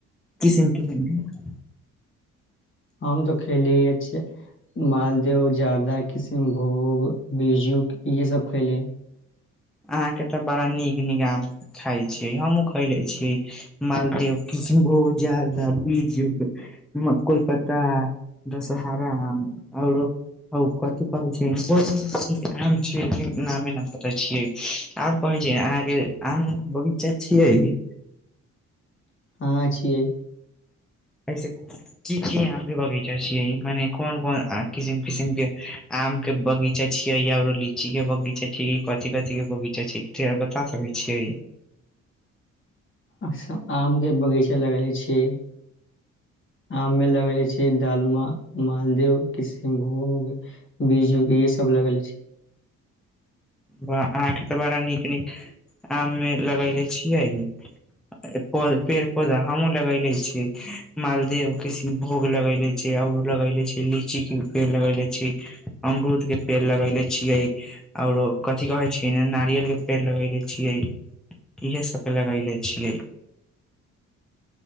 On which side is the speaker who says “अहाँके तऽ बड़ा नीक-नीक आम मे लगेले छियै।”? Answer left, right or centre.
Centre